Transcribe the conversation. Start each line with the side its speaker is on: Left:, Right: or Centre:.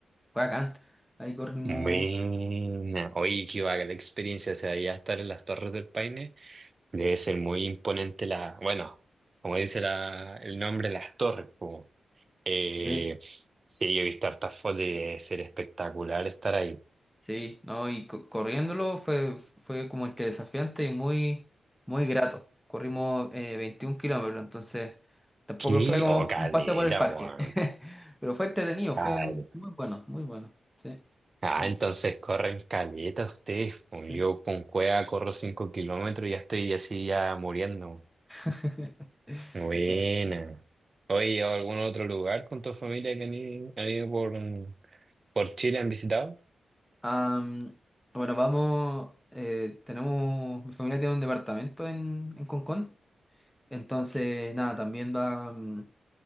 Centre: Bacán. Ahí corrimos.
Right: Buena. Oye, qué bacán la experiencia. O sea, ya estar en las Torres del Paine debe ser muy imponente la... Bueno, como dice la, el nombre, las torres. Como. Eh,
Centre: Sí,
Right: sí, yo he visto hartas fotos y debe ser espectacular estar ahí.
Centre: sí, no, y co- corriéndolo fue, fue como que desafiante y muy, muy grato. Corrimos eh, 21 kilómetros, entonces tampoco
Right: ¿Qué?
Centre: fue como
Right: Oh, caleta,
Centre: un paseo por el parque.
Right: weón.
Centre: <laughs> Pero fue entretenido, fue
Right: Cal-
Centre: muy, muy bueno, muy bueno. Sí.
Right: Ah,
Centre: Mm,
Right: entonces corren caleta ustedes. pues,
Centre: sí.
Right: Yo con cueva corro 5 kilómetros y ya estoy así ya muriendo.
Centre: <laughs>
Right: Buena.
Centre: No, sí.
Right: Oye, ¿a algún otro lugar con tu familia que han ido, han ido por, por Chile, han visitado?
Centre: Am, bueno, vamos. eh, tenemos. Mi familia tiene un departamento en, en Concón. Entonces, nada, también va. mm,